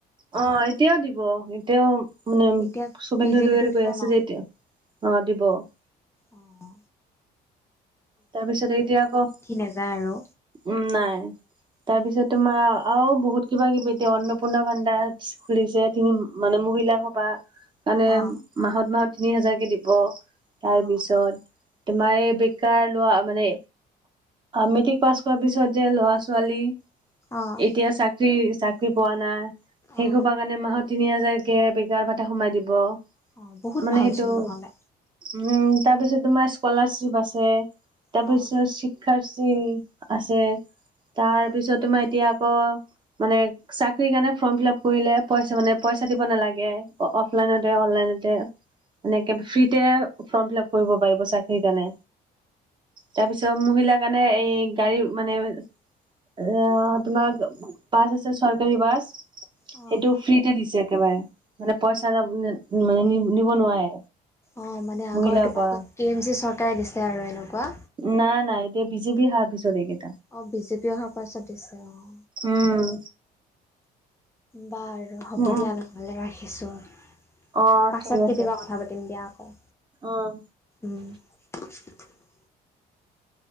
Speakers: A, on the right (about 25°); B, on the left (about 15°).
A: অ, এতিয়াও দিব এতিয়াও। মানে
B: এতিয়া
A: শুভেন্দ্ৰ
B: বিজেপিটো
A: অধিকাৰীয়ে
B: দিব
A: কৈ আছে
B: ন
A: যে এতিয়া, অ দিব। <unintelligible>
B: অঁ।
A: তাৰপিছত এতিয়া আকৌ,
B: নাযায় আৰু
A: উম নাই তাৰপিছত
B: উম
A: তোমাৰ আৰু। বহুত কিবা কিবি এতিয়া, অন্নপূৰ্ণা ভাণ্ডা খুলিছে তিনি মানে মহিলা সভা। কাৰণে
B: অ
A: মাহত মাহত। তিনি হাজাৰকে দিব। তাৰ
B: অ
A: পিছত। তোমাৰ এ। তাৰ লোৱা মানে মেট্ৰিক পাছ কৰাৰ পিছত যে, ল'ৰা ছোৱালী।
B: অ
A: এতিয়া চাকৰি। চাকৰি পোৱা নাই। শেই
B: অ
A: হব কাৰণে মাহত তিনি হাজাৰ। তাকে বেকাৰ ভাটা সোমাই দিব। <unintelligible>
B: অ, বহুত
A: মানে
B: ভালচোন
A: সেইটো
B: নহলে।
A: উম তাৰ পিছত তোমাৰ স্কলাৰশিপ আছে। <unintelligible> তাৰপিছত
B: অ
A: শিক্ষাৰ চি আছে। তাৰ
B: অ অ অ
A: পিছত তোমাৰ এতিয়া আকৌ, মানে চাকৰি কাৰণে ফৰ্ম-ফিলাপ কৰিলে পইচা মানে, পইচা দিব নালাগে। অফলাইনতে-অনলাইনতে। এনেকে ফ্ৰীতে ফৰ্ম -ফিল-আপ কৰিব পাৰিব চাকৰিৰ কাৰণে। তাৰপিছত মহিলাৰ কাৰণে এই, গাড়ী মানে অ', তোমাৰ বাছ আছে চৰকাৰী বাছ। সেইটো
B: অ অ অ
A: ফ্ৰীতে দিছে, একেবাৰে, মানে পইচা দ মানে, শুনিব নোৱাৰে,
B: অ', মানে আগৰ
A: মহিলাৰ
B: তোমালোকৰ
A: পৰা
B: কে- এম- চি চৰকাৰে দিছে। আছে আৰু এনেকুৱা,
A: নাই-নাই এতিয়া বিজেপি হাতৰ পিচত এইকেইটা,
B: অ ', বিজেপি অহাৰ পাছত দিছে অ',
A: উম',
B: বাৰু হ'ব
A: উম উম
B: দিয়া নহ'লে ৰাখি, দিছোঁ,
A: অ
B: পাছত
A: ঠিক আছে
B: কেতিয়াবা কথা পাতিম দিয়া, আকৌ
A: উম
B: উম্ ',